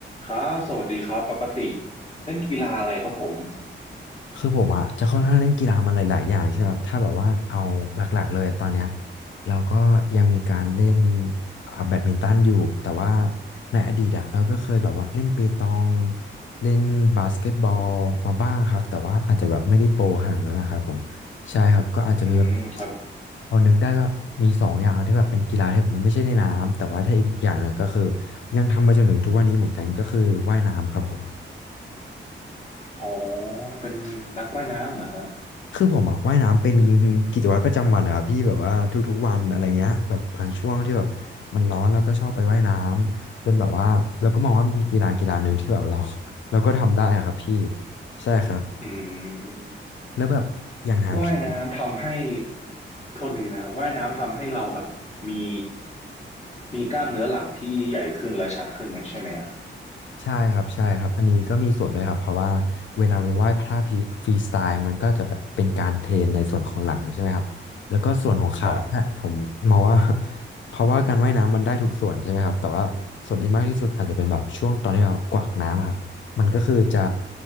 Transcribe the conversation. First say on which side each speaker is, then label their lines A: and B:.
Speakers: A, on the left; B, on the left.
A: ครับสวัสดีครับปกติเล่นกีฬาอะไรครับผม
B: คือผมอะจะค่อนข้างเล่นกีฬามาหลายๆอย่างใช่ไหมครับถ้าแบบว่าเอาหลักๆ เลยอะตอนเนี้ยเราก็ยังมีการเล่นอ่าแบดมินตันอยู่แต่ว่าในอดีตอะเราก็เคยแบบว่าเล่นเปตองเล่นบาสเกตบอลมาบ้างครับแต่ว่าอาจจะแบบไม่ได้โปรขนาดนั้นนะครับผมใช่ครับก็อาจจะมีแบบ
A: อืมครับ
B: พอนึกได้ก็มีสองอย่างที่แบบเป็นกีฬาที่แบบไม่ใช่ในน้ำแต่ว่าถ้าอีกอย่างหนึ่งก็คือยังทำมาจนถึงทุกวันนี้เหมือนกันก็คือว่ายน้ำครับผม
A: อ๋อเป็นนักว่ายน้ำเหรอฮะ
B: คือผมอะว่ายน้ำเป็น <laughs> กิจวัตรประจำวันอะครับพี่แบบว่าทุกๆวันอะไรเงี้ยแบบบางช่วงที่แบบมันร้อนเราก็ชอบไปว่ายน้ำจนแบบว่าเราก็มองว่ามันกีฬากีฬาหนึ่งที่แบบเรา <laughs> เราก็ทำได้อะครับพี่ใช่ครับ
A: อืม
B: แล้วแบบอย่างทางพี่
A: ว่ายน้ำทำให้โทษทีนะครับว่ายน้ำทำให้เราแบบมีมีกล้ามเนื้อหลังที่ใหญ่ขึ้นและชัดขึ้นไหมใช่ไหมอะ
B: ใช่ครับใช่ครับอันนี้ก็มีส่วนด้วยครับเพราะว่าเวลาเราไหว้พระพีฟรีสไตล์มันก็จะแบบเป็นการเทรนในส่วนของหลังใช่ไหมครับแล้วก็ส่วนของขาเนี่ยผมมองว่า
A: ครับ
B: <laughs> เพราะว่าการว่ายน้ำมันได้ทุกส่วนใช่ไหมครับแต่ว่าส่วนที่มากที่สุดอาจจะเป็นแบบช่วงตอนที่เรากวักน้ำอะครับมันก็คือจะ